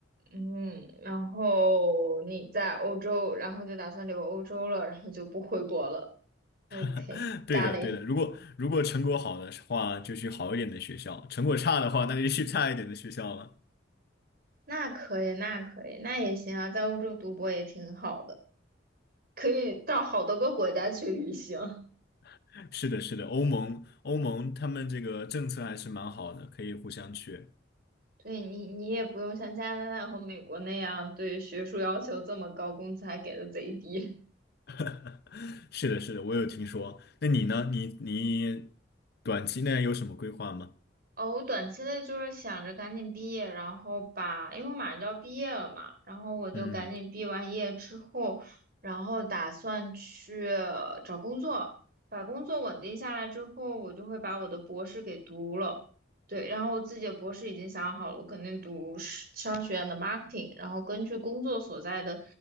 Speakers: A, on the right; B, on the left.
A: 嗯，然后你在欧洲，然后就打算留欧洲了，然后就不回国了。OK，got
B: <laughs> 对的对的，
A: it，
B: 如果如果成果好的话，就去好一点的学校；成果差的话，那就去差一点的学校了。
A: 那可以，那可以，那也行啊，在欧洲读博也挺好的，可以到好多个国家去旅行。
B: <laughs> 是的，是的，欧盟欧盟他们这个政策还是蛮好的，可以互相去。
A: 对你，你也不用像加拿大和美国那样对学术要求这么高，工资还给的贼低。
B: <laughs> 是的，是的，我有听说。那你呢？你你短期内有什么规划吗？
A: 哦，我短期内就是想着赶紧毕业，然后把，因为我马上就要毕业了嘛，然后我就赶紧毕完业之后，
B: 嗯，
A: 然后打算去呃找工作，把工作稳定下来之后，我就会把我的博士给读了。对，然后我自己的博士已经想好了，我肯定读是商学院的 marketing，然后根据工作所在的